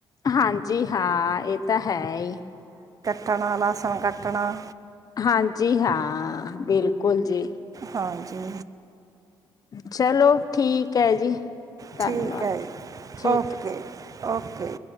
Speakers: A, on the left; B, on the right.
A: ਹਾਂਜੀ ਹਾਂ ਇਹ ਤਾਂ ਹੈ ਈ।
B: ਕੱਣਾ ਲਸਣ ਕੱਟਣਾ।
A: ਹਾਂਜੀ ਹਾਂ ਬਿਲਕੁਲ ਜੀ।
B: ਹਾਂਜੀ
A: ਚਲੋ ਠੀਕ ਹੈ ਜੀ ਧੰਨਵਾਦ
B: ਠੀਕ ਹੈ
A: ਜੀ ਠੀਕ
B: okay
A: ਹੈ ਜੀ।
B: ਓਕੇ